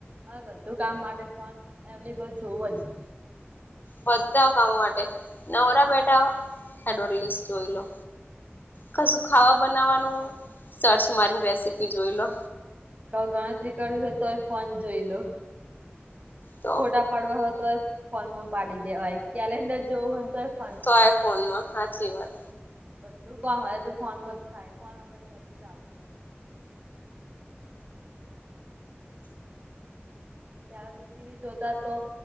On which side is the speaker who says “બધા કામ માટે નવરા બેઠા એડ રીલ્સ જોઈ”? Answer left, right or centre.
Left